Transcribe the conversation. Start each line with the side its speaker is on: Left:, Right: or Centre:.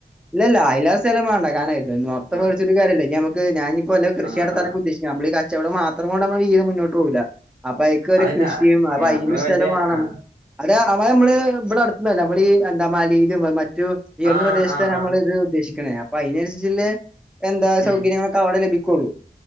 Centre: ഇല്ല ഇല്ല അയ്ലാറേ സ്ഥലം മാണ്ട <unintelligible> ത്തത്തെ
Right: ആഹ്
Centre: വിളിച്ചൊുകാരല്ല ഇനി നമുക്ക് ഞാനിപ്പോല്ല കൃഷി
Right: ആഹ്
Centre: നടത്താനൊക്കെ
Right: ആഹ്
Centre: ഉദേശിക്ക നമ്മള ചെവളോ മാത്രം കൊണ്ട് നമ്മളി ഇത് മുന്നോട്ട് പോവില്ല അപ്പൊ അയക്കൊരു
Right: അതല്ല
Centre: കൃഷിയും അപ്പൊ
Right: ആഹ്
Centre: അയിന്
Right: ഇങ്ങള്
Centre: സ്ഥലം
Right: വല്യ
Centre: വേണം
Right: ആഹ്
Centre: അ ട്ടൊ അവ നമ്മള് ഇവിടെ അടത്തൊന്നുവല്ല നമ്മളി എന്താ മാലിയിലും മറ്റു ഉയർന്ന
Right: ആഹ്
Centre: പ്രദേശ
Right: ആഹ്
Centre: നമ്മൾ
Right: ആഹ്
Centre: ഇത് ഉദ്ദേശിക്കണേ അപ്പൊ അതിനനുസരിച്ച എന്താ
Right: ഉം
Centre: സൗകര്യങ്ങളൊക്കെ അവിടെ ലഭിക്കുള്ളൂ